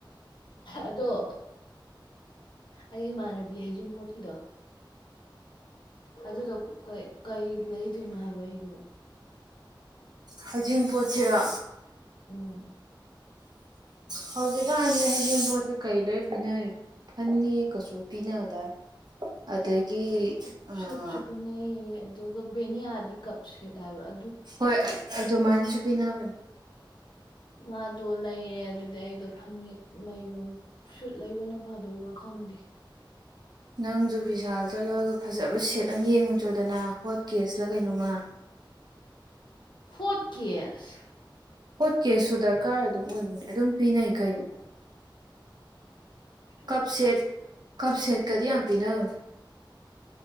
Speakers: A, on the left; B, on the right.
A: ꯑꯗꯣ ꯑꯩ ꯏꯃꯥꯟꯅꯕꯤ ꯍꯩꯖꯤꯡꯄꯣꯠꯀꯤꯗꯣ ꯑꯗꯨꯗꯣ ꯀꯩ ꯀꯩ ꯂꯩꯗꯣꯏꯅꯣ ꯍꯥꯏꯕ ꯑꯩꯗꯣ
B: ꯍꯩꯖꯤꯡꯄꯣꯠꯁꯤꯔꯣ
A: ꯎꯝ
B: <inaudible> ꯍꯧꯖꯤꯛꯀꯥꯟꯁꯦ ꯍꯩꯖꯤꯡꯄꯣꯠꯁꯦ ꯀꯩ ꯂꯩꯔ ꯄꯤꯅꯔꯤꯒꯦ ꯐꯥꯅꯦꯛ ꯀꯁꯨꯄꯤꯅꯗꯥꯏ ꯑꯗꯒꯤ ꯑꯥ
A: ꯁꯨꯠꯁꯨ ꯄꯤꯅꯩꯌꯦ ꯑꯗꯨꯒ ꯚꯦꯅꯤꯌꯥꯗꯤ ꯀꯞ ꯁꯦꯠ ꯍꯥꯏꯕꯔ
B: ꯍꯣꯏ ꯑꯗꯨ ꯃꯥꯏꯅꯁꯨ ꯄꯤꯅꯕꯅꯦ
A: ꯃꯥꯗꯣ ꯂꯩꯔꯦ ꯑꯗꯨꯗꯩꯗꯣ ꯐꯥꯅꯦꯛ ꯂꯩꯕ ꯁꯨꯠ ꯂꯩꯕꯅ ꯐꯗꯧꯕ꯭ꯔꯥ ꯈꯪꯗꯦ
B: ꯅꯪꯁꯨ ꯕꯤꯁꯥꯜ ꯆꯠꯂꯒ ꯐꯖꯕ ꯁꯤꯠ ꯈꯤꯇꯪ ꯌꯦꯡꯉꯨ ꯆꯣꯗꯅ ꯍꯣꯠ ꯀꯦꯁꯂ ꯀꯩꯅꯣꯃ
A: ꯍꯣꯠ ꯀꯦꯁ
B: ꯍꯣꯠ ꯀꯦꯁꯁꯨ ꯗꯔꯀꯥꯔ ꯑꯗꯨꯝ ꯑꯣꯏꯕꯅꯦ ꯑꯗꯨꯝ ꯄꯤꯅꯩ ꯀꯩꯅꯣ
A: ꯑꯁ
B: ꯀꯞ ꯁꯦꯠ ꯀꯞ ꯁꯦꯠꯀꯗꯤ ꯌꯥꯝ ꯄꯤꯅꯕꯅꯤ